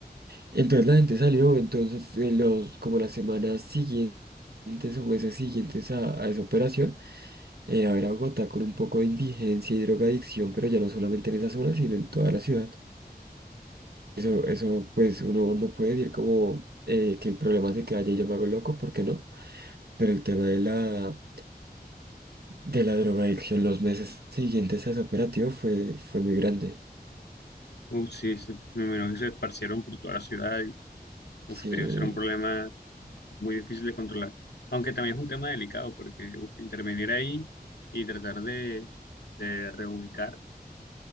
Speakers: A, on the right; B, on the left.
A: Entonces la gente salió, entonces eh, los, como las semanas siguientes o meses siguientes a, a esa operación, era ver a Bogotá con un poco de indigencia y drogadicción, pero ya no solamente en esa zona, sino en toda la ciudad. Eso, eso pues uno no puede decir como eh, que el problema es de que haya yo me hago loco, ¿por qué no? Pero el tema de la de la drogadicción los meses siguientes a ese operativo fue, fue muy grande.
B: Uf, sí, sí, me imagino que se esparcieron por toda la ciudad y, uf,
A: Sí,
B: debe ser un problema muy difícil de controlar. Aunque también es un tema delicado porque uf, intervenir ahí y tratar de, de reubicar,